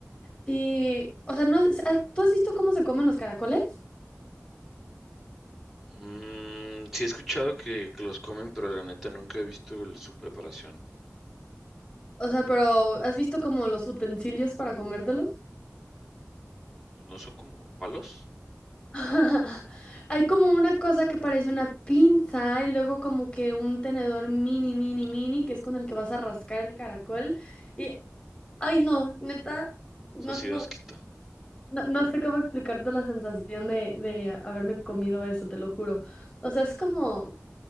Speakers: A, on the left; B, in the centre.
A: Y, o sea, no, ¿tú has visto cómo se comen los caracoles?
B: Mm, sí he escuchado que, que los comen, pero la neta nunca he visto el- su preparación.
A: O sea, pero ¿has visto como los utensilios para comértelos?
B: Pues no son como palos.
A: <laughs> Hay como una cosa que parece una pinza y luego como que un tenedor mini, mini, mini, que es con el que vas a rascar el caracol. Y, ay no, neta, no,
B: O sea, sí
A: no,
B: da asquito.
A: no, no sé cómo explicarte la sensación de, de haberme comido eso, te lo juro. O sea, es como,